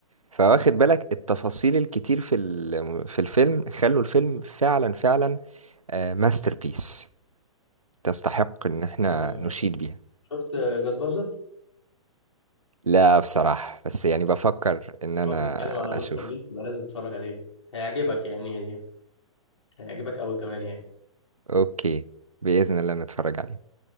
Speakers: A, on the right; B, on the left.
A: فواخد بالك التفاصيل الكتير في الم- في الفيلم خلوا الفيلم فعلا فعلا ماستر بيس تستحق إن احنا
B: آه،
A: نشيد بيها
B: شفت جاد فازر؟
A: لا بصراحة بس يعني بفكر إن أنا
B: ما بنتكلم على مستر
A: أشوف
B: بيست ده لازم تتفرج عليه هيعجبك يعني هيعجبك قوي كمان يعني
A: أوكي بإذن الله نتفرج عليه